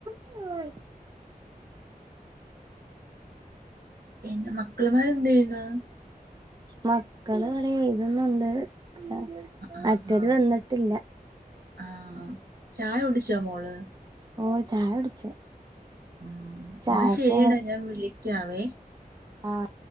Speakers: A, on the right; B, on the right.
A: ഓ
B: പിന്നെ മക്കളമാര്ന്ത് ചെയ്യുന്നത്
A: മക്കള് ഇവിടെ എഴുതുന്നുണ്ട് ആ
B: ആ
A: മറ്റൊര്
B: ആ
A: വന്നിട്ടില്ല
B: ആ ചായ കുടിച്ചോ മോള്
A: ഓ ചായ കുടിച്ചു
B: ഉ
A: ചായക്ക്
B: എന്നാ ശരിയടാ ഞാൻ വിളിക്കാവേ
A: ആഹ